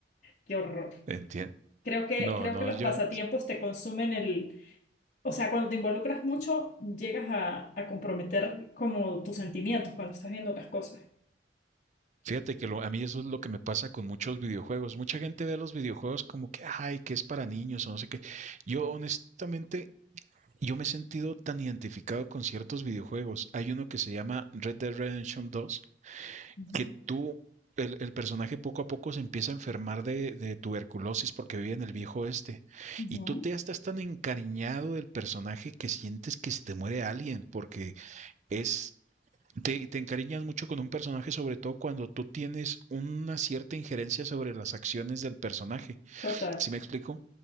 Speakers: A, on the left; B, on the right.
A: Qué horror.
B: entiendo.
A: Creo que,
B: No,
A: creo
B: no,
A: que los
B: yo,
A: pasatiempos te consumen el, o sea, cuando te involucras mucho, llegas a, a comprometer como tus sentimientos cuando estás viendo las cosas.
B: fíjate que lo- a mí eso es lo que me pasa con muchos videojuegos. Mucha gente ve los videojuegos como que, ay, que es para niños o no sé qué. Yo honestamente Yo me he sentido tan identificado con ciertos videojuegos. Hay uno que se llama Red Dead Redemption 2,
A: Ujú,
B: que tú, el, el personaje poco a poco se empieza a enfermar de, de tuberculosis porque vive en el viejo oeste.
A: ujú.
B: Y tú te estás tan encariñado del personaje que sientes que se te muere alguien porque es... Te, te encariñas mucho con un personaje, sobre todo cuando tú tienes una cierta injerencia sobre las acciones del personaje.
A: Total.
B: ¿Sí me explico?